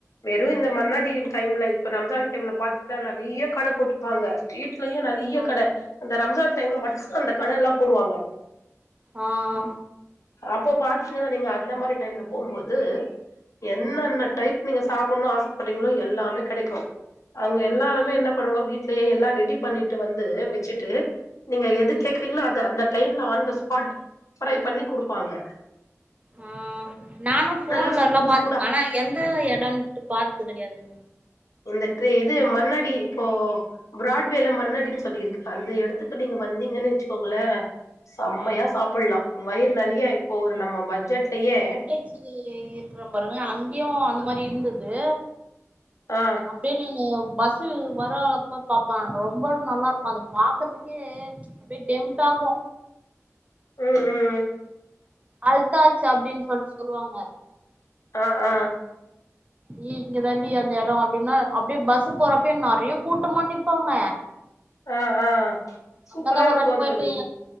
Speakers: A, on the left; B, on the right.
A: வெறு இந்த மன்னாடி டைம்ல இப்ப ரம்ஜான் டைம்ல பா த்தா நெறைய கட போட்ருப்பாங்க ஸ்ட்ரீட்லயே நெறைய
B: ஆ
A: கட அந்த ரம்ஜான் டைம்ல மட்டு அந்த கட எல்லா போடுவாங்க
B: ஆ ஆ
A: அப்போ பாத்தீங்கன்னா நீங்க அந்த மாரி டைம்ல போம்போது என்னன்ன
B: ம்
A: டைப் நீங்க சாப்பன்னு ஆசப்படுறீங்களோ எல்லாமே கிடைக்கு அங்க எல்லாருமே
B: ஆ
A: என்ன அப்புறோங்க வீட்லயே எல்லா ரெடி பண்ணிட்டு வந்து வச்சுட்டு நீங்க எது
B: ம்
A: கேக்குறீங்களோ அது அந்த டைம்ல ஆன் த ஸ்பாட் ஃப்ரை பண்ணி குடுப்பாங்க
B: ஆ நானு ஃபோன்லல்லா
A: நல்லா சூடு
B: பாத்துருக்கே
A: சூடா
B: ஆனா எந்த இடம்ட்டு பாத்தது கெடையாதுங்
A: இந்த ட்ரி இது மன்னாடி இப்போ பிராட்வேல மன்னடின் சொல்லிருக்கு அந்த இடத்துக்கு நீங்க வந்தீங்கன் வச்சுக்கோங்களே செம்மையா
B: ஆ
A: சாப்பல்லா வயிறு நெறைய இப்போ ஒரு நம்ம பட்ஜெட்லயே
B: கி இருக்றோ பாருங்க அங்கியு அந்த மாரி இருந்துது
A: ஆ
B: அப்டியே நானு பஸ்சு வரப்போ பாப்ப ரொம்ப நல்லாருக்கு அத பாக்கர்துக்கே அப்டியே டெம்ட்டாகு
A: ம் ம்
B: அல்தாஜ் அப்டின் சொல்ட் சொல்லுவாங்க
A: அ ஆ
B: இ இங்க தாண்டி அந்த இடோ அப்டின்னா அப்டியே பஸ் போறப்ப நெறைய கூட்டமா நிப்பாங்க
A: ஆ ஆ சூப்பரா
B: அங்கதா ஒரு
A: இருக்கு
B: வாட்டி போயிட்டு
A: தோழி